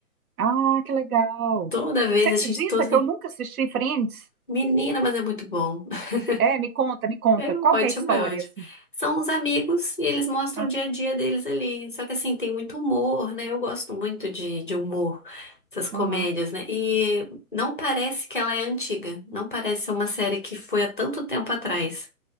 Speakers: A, on the right (about 70°); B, on the left (about 40°).
A: Ah, que legal.
B: Toda vez
A: Você acredita
B: a gente. Tô...
A: que eu nunca assisti Friends?
B: Menina, mas é muito bom. <laughs>
A: É, me conta, me conta.
B: É
A: Qual
B: ótimo,
A: que é a história,
B: é ótimo.
A: assim?
B: São os amigos e eles mostram
A: Ah,
B: o dia a dia deles ali. Só que assim, tem muito humor, né? Eu gosto muito de, de humor, essas comédias,
A: Aham,
B: né? E não parece que ela é antiga. Não parece ser uma série que foi há tanto tempo atrás.